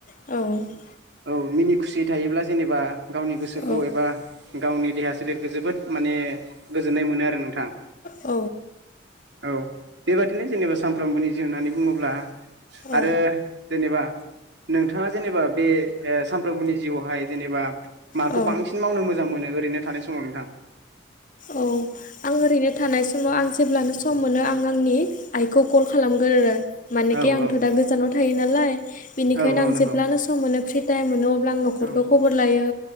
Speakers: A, on the left; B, on the right.
A: औ औ
B: <inaudible> औ मिनि खुसियै थायोब्ला जेनेबा गावनि गोसोखौ
A: औ
B: एबा गावनि देहा सोलेरखो जोबोद माने गोजोननाय मोनो आरो नोंथां।
A: औ
B: औ बेबादिनो जेनेबा सामफ्रोमबोनि जिउ होननानै बुङोब्ला
A: औ
B: आरो जेनेबा नोंथाङा जेनेबा बे ओ सामफ्रोमबोनि जिउआवहाय जेनेबा माखौ
A: औ
B: बांसिन मावनो मोजां मोनो? ओरैनो थानाय समाव नोंथां
A: औ आं ओरैनो थानाय समाव आं जेब्लानो सम मोनो आं आंनि आइखौ कल खालामगोरो मानेखे
B: औ
A: आंथ'
B: औ
A: दा गोजानाव थायो नालाय बिनिखायनो
B: औ औ
A: आं
B: नंगौ
A: जेब्लानो सम मोनो फ्रि टाइम मोनो अ ब्ला आं न'खरखौ
B: औ
A: खबर लायो